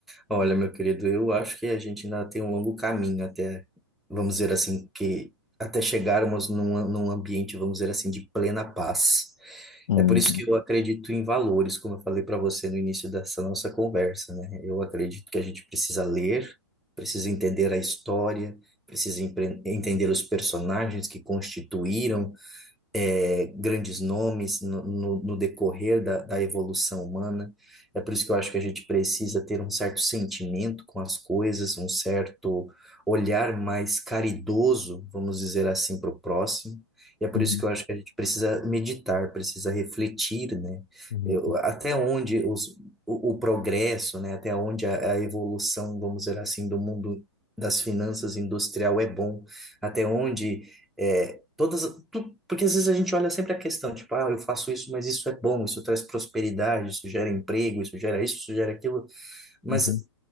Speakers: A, in the centre; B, on the left.
A: Olha, meu querido, eu acho que a gente ainda tem um longo caminho até, vamos dizer assim, que até chegarmos num, num ambiente, vamos dizer assim, de plena paz.
B: Uhum,
A: É por isso que eu acredito em valores, como eu falei para você no início dessa nossa conversa, né? Eu acredito que a gente precisa ler, precisa entender a história, precisa empre- entender os personagens que constituíram é, grandes nomes no, no- no decorrer da, da evolução humana. É por isso que eu acho que a gente precisa ter um certo sentimento com as coisas, um certo olhar mais caridoso, vamos dizer assim, para o próximo. E é por
B: uhum,
A: isso que eu acho que a gente precisa meditar, precisa refletir, né?
B: uhum,
A: Eu- até onde os, o, o progresso, né? Até onde a, a evolução, vamos dizer assim, do mundo das finanças industrial é bom, até onde é, Todas, tu- porque às vezes a gente olha sempre a questão, tipo, ah, eu faço isso, mas isso é bom, isso traz prosperidade, isso gera emprego, isso gera isso, isso gera aquilo, mas
B: uhum.